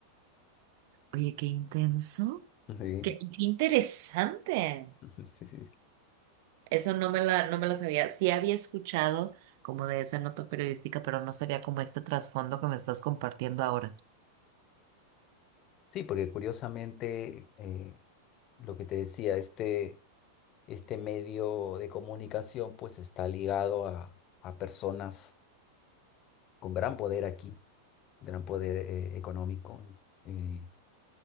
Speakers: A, on the right (about 45°); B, on the left (about 35°).
A: oye, qué intenso.
B: Sí,
A: Qué interesante.
B: <laughs> sí, sí.
A: Eso no me la, no me lo sabía. Sí había escuchado como de esa nota periodística, pero no sabía como este trasfondo que me estás compartiendo ahora.
B: Sí, porque curiosamente, eh, lo que te decía, este, este medio de comunicación pues está ligado a, a personas con gran poder aquí, gran poder eh, económico, eh,